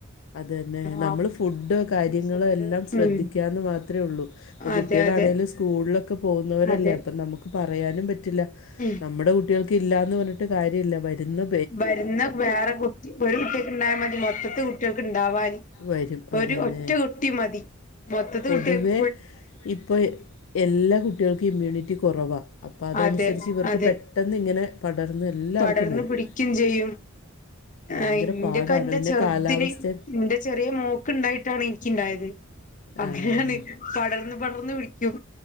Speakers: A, on the left; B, on the left.
A: അതെന്നെ നമ്മള്
B: ആ
A: ഫുഡ് കാര്യങ്ങളെല്ലാം
B: ഫുഡ്
A: ശ്രദ്ധിക്കാൻ
B: ഉം
A: ത് മാത്രേ ഒള്ളു പോ
B: അതെ
A: കുട്ടികളാണേലു
B: അതെ
A: സ്കൂൾലൊക്കെ പോന്നോ തല്ലേ
B: അതെ
A: അപ്പ നമുക്ക് പറയാനും പറ്റില്ല
B: ഉം
A: നമ്മടെ കുട്ട്യാൾക്ക് ഇല്ലാന്ന് പർഞ്ഞിട്ട് കാര്യല്ല മരുന്നൊ
B: വരുന്ന വേറെ കുട്ടി ഒരു കുട്ടിക് ഉണ്ടായൽ മതി മൊത്തത്തിൽ കുട്ടികൾക്ക് ഉണ്ടാവാന്.
A: വരും അതന്നെ
B: ഒരു ഒറ്റ കുട്ടി മതി മൊത്തത്ത്
A: പൊതുവേ
B: കുട്ടിയാക്ക്
A: ഇപ്പൊ എല്ലാ കുട്ടികൾക്കും ഇമ്മ്യൂണിറ്റി കുറവാണ്. അപ്പ അതനുസരിച്ച്
B: അതെ
A: ഇവർക്ക്
B: അതെ
A: പെട്ടെന്ന് ഇങ്ങനെ പടർന്ന് എല്ലാവർക്കും
B: പടർന്ന്
A: വരും
B: പിടിക്കും ചെയ്യും.
A: ഭയങ്കര
B: ആ ഇന്റെയക്കെ
A: പാടാണ്
B: എന്റെ
A: പിന്നെ
B: ചെറുതിന്
A: കാലാവസ്ഥ
B: എന്റെ ചെറിയ മോ ഓക്ക് ണ്ടായിട്ടാണ് ഇനിക്കിണ്ടയത് അങ്ങനെയാണ്
A: ആ
B: പടർന്ന് പടർന്ന് പിടിക്കും.